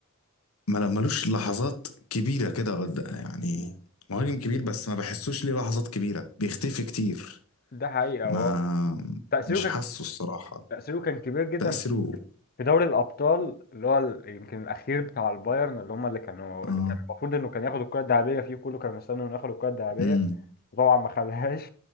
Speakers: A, on the left; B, on the left.
A: ما- ملوش لحظات كبيرة كده قد- يعني مهاجم كبير بس ما بحسوش ليه لحظات كبيرة بيختفي كتير
B: ده حقيقة هو
A: ما
B: تأثيره
A: مش
B: كان
A: حاسه الصراحة
B: تأثيره كان كبير جدا
A: تأثيره
B: في دوري الابطال اللي هو ال- يمكن الاخير بتاع البايرن اللي هم اللي كانوا
A: اه
B: اللي كان المفروض انه كان ياخد الكره الذهبيه فيه كله كان مستني انه ياخد الكره الذهبيه
A: امم
B: وطبعا ما خدهاش